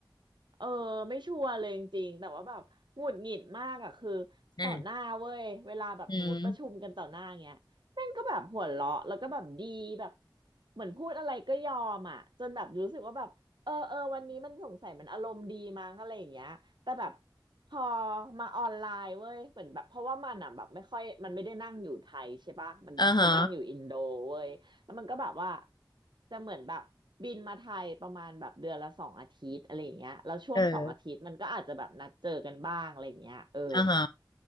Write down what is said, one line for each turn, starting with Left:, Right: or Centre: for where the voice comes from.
Right: เออไม่ชัวร์เลยจริงๆแต่ว่าแบบหงุดหงิดมากอ่ะคือ
Left: อืม
Right: ต่อหน้าเว้ยเวลาแบบสมมติประชุมกันต่อหน้าเงี้ยแม่งก็แบบหัวเราะแล้วก็แบบดีแบบ
Left: อืม
Right: เหมือนพูดอะไรก็ยอมอ่ะจนแบบรู้สึกว่าแบบเออเออวันนี้มันสงสัยมันอารมณ์ดีมั้งอะไรอย่างเงี้ยแต่แบบพอมาออนไลน์เว้ยเหมือนแบบเพราะว่ามันอ่ะแบบไม่ค่อยมันไม่ได้นั่งอยู่ไทยใช่ปะมันคือนั่งอยู่อินโดเว้ย
Left: อ่าฮะ
Right: แล้วมันก็แบบว่าจะเหมือนแบบบินมาไทยประมาณแบบเดือนละสองอาทิตย์อะไรอย่างเงี้ยแล้วช่วงสองอาทิตย์มันก็อาจจะแบบนัดเจอกันบ้างอะไรอย่างเงี้ยเออ
Left: เอออ่าฮะ